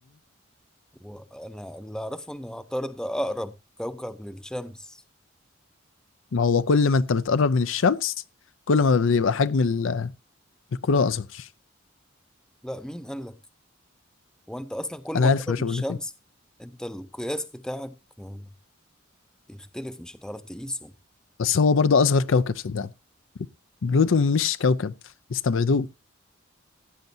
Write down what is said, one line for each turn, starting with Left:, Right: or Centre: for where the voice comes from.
Centre: وانا اللي اعرفه ان عطارد ده اقرب كوكب للشمس
Left: ما هو كل ما انت بتقرب من الشمس كل ما بيبقى حجم ال- الكرة اصغر
Centre: لا مين قال لك هو انت اصلا كل ما
Left: انا عارف
Centre: تقرب
Left: يا باشا
Centre: للشمس
Left: بقول لك ايه
Centre: انت القياس بتاعك آه، يختلف مش هتعرف تقيسه
Left: بس هو برضه اصغر كوكب صدقني بلوتو مش كوكب استبعدوه